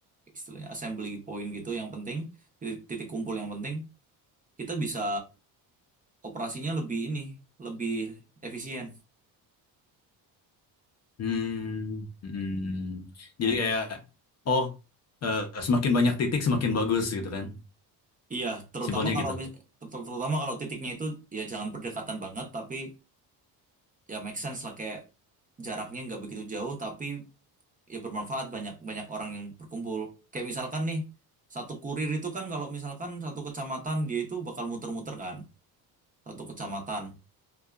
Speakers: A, on the right; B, on the left.
A: istilahnya assembly point gitu yang penting titik, titik kumpul yang penting kita bisa operasinya lebih ini lebih efisien.
B: Hmm. Hmm.
A: Nah,
B: Jadi kayak oh eh, semakin banyak titik semakin bagus gitu kan.
A: Iya, terutama
B: Simpelnya
A: kalau
B: gitu.
A: mis- ter- terutama kalau titiknya itu ya jangan berdekatan banget, tapi ya make sense lah kayak jaraknya nggak begitu jauh, tapi ya bermanfaat banyak banyak orang yang berkumpul. Kayak misalkan nih satu kurir itu kan kalau misalkan satu kecamatan dia itu bakal muter-muter kan satu kecamatan